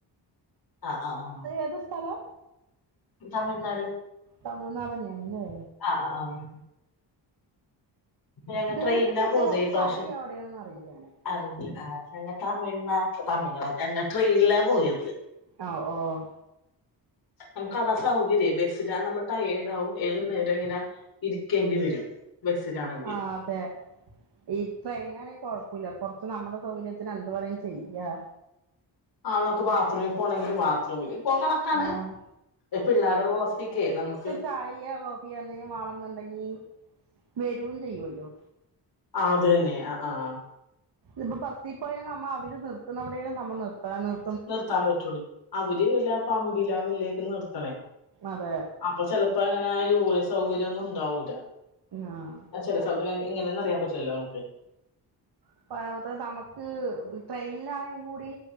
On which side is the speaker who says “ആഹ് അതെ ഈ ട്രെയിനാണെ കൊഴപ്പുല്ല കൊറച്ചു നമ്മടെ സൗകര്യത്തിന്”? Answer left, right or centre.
Right